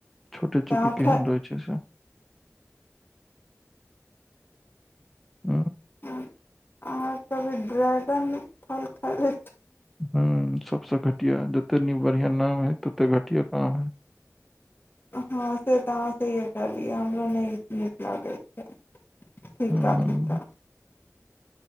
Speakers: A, in the centre; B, on the left.
A: गोटे
B: तऽ
A: छोटे
B: अहाँ
A: केहन
B: खाय
A: रहै छै से ह्म
B: अहाँ सब ड्रैगन फल खयले
A: ह सबसे घटिया कनी बढ़िया नाम है तते घटिया काम है
B: हँ से तऽ अहाँ सहिये कहलियै हमरा नहि नीक लागै छै फीका
A: हुं
B: फीका